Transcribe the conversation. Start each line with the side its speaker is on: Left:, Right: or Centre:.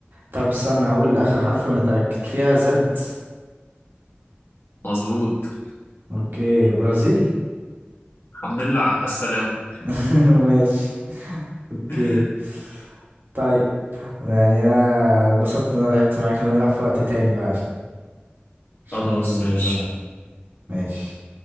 Right: طب استنى هقول اخر حرف ونتأكد فيها زد
Left: مظبوط
Right: اوكي برازيل
Left: الحمد لله على السلامة
Right: <laughs> ماشي اوكي
Left: <laughs>
Right: طيب يعني انا اتبسطت ان انا لعبت معاك نبقى نلعب في وقت تاني بقى عشان
Left: خلاص ماشي
Right: الزمان ماشي